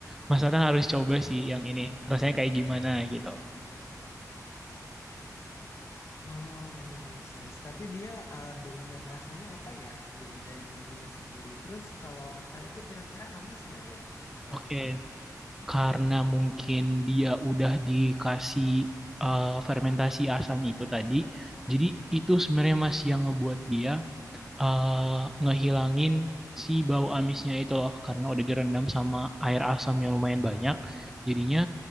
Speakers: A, in the centre; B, on the left.
A: Mas Nathan harus coba sih yang ini. Rasanya kayak gimana gitu.
B: Oh iya make sense. Tapi dia eh, dominan rasanya apa ya dari dari bumbunya sendiri. Terus kalau mentah itu kira-kira amis nggak ya rasanya?
A: Oke, karena mungkin dia udah dikasih eh, fermentasi asam itu tadi, jadi itu sebenarnya Mas yang ngebuat dia eh, ngehilangin si bau amisnya itu loh, karena udah direndam sama air asam yang lumayan banyak. Jadinya